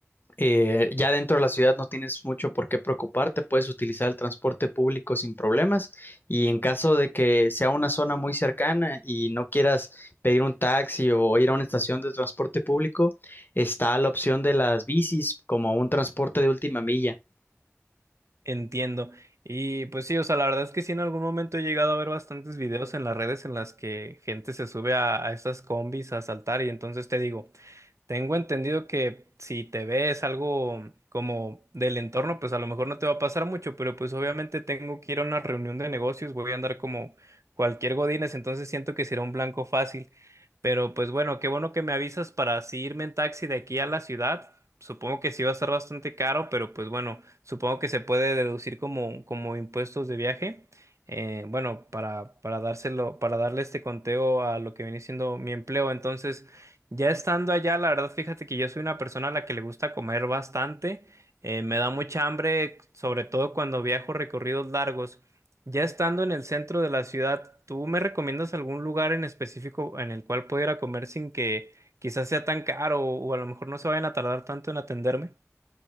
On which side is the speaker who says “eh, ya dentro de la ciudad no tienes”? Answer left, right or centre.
Left